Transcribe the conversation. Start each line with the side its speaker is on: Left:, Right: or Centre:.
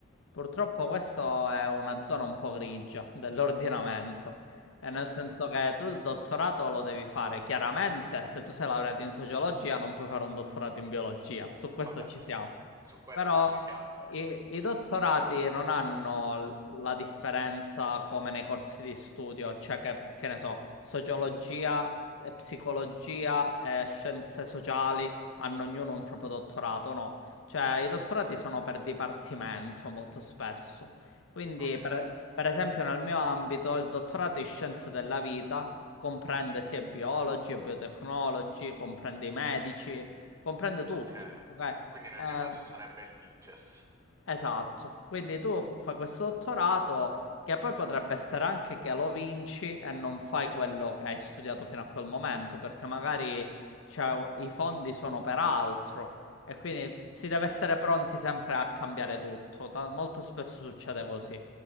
Left: purtroppo questa è una zona un po' grigia <laughs> dell'ordinamento, e
Right: Ok.
Left: nel senso che tu il dottorato lo devi fare, chiaramente se tu sei laureato in sociologia non puoi fare un dottorato in biologia, su questo
Right: Vabbè,
Left: ci
Right: s-
Left: siamo,
Right: su questo
Left: però
Right: ci siamo.
Left: i, i dottorati non hanno l- la differenza come nei corsi di studio, cioè che, che ne so, sociologia e psicologia e scienze sociali hanno ognuno un proprio dottorato, no? Cioè, i dottorati sono per dipartimento molto spesso. Quindi,
Right: Ok,
Left: per, per esempio, nel mio ambito, il dottorato in scienze della vita comprende sia biologi e biotecnologi, comprende i medici, comprende tutti.
Right: ok.
Left: ok?
Right: Quindi nel
Left: Eh,
Right: mio caso sarebbe il Diges.
Left: Esatto, quindi tu f- fai questo dottorato che poi potrebbe essere anche che lo vinci e non fai quello che hai studiato fino a quel momento, perché magari c'è- i fondi sono per altro e quindi si deve essere pronti sempre a cambiare tutto. Ta- molto spesso succede così.